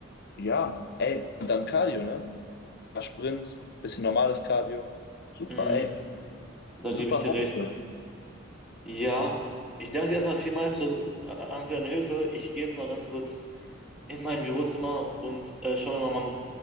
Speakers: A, on the left (about 55°); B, in the centre.
A: ja, ey, und dann Cardio, ne? Ein paar Sprints, bisschen normales Cardio. Super,
B: Mhm.
A: ey.
B: Da
A: Super
B: gebe ich dir
A: Home.
B: recht.
A: Gym.
B: Ja, ich danke dir erstmal vielmals zu, äh, für deine Hilfe. Ich gehe jetzt mal ganz kurz in mein Bürozimmer und äh, schaue mir mal ma-